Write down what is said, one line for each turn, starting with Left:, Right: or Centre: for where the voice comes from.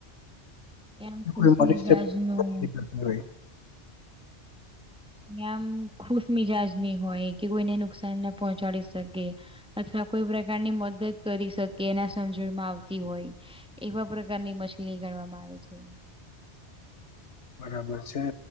Centre: એમ ખુશમિજાજ
Left: એ કોઈ મનુષ્ય
Centre: નું
Left: નથી કરતી હોય
Centre: એ આમ ખુશ મિજાજ ન હોય કે કોઈને નુકસાન ના પહોંચાડી શકે. અથવા કોઈ પ્રકારની મદદ કરી શકે એના સમજણમાં આવતી હોય. એવા પ્રકારની મછલી ગણવામાં આવે છે.
Left: બરાબર છે.